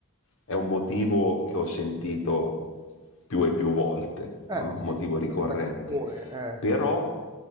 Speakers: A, on the left; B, on the right.
A: è un motivo che ho sentito più e più volte,
B: Eh,
A: no?
B: sì,
A: Un motivo
B: è abbastanza
A: ricorrente.
B: comune. Eh.
A: Però